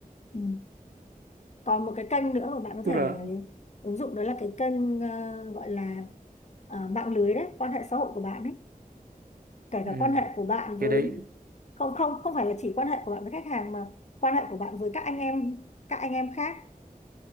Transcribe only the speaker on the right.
tức là
ừ
cái đấy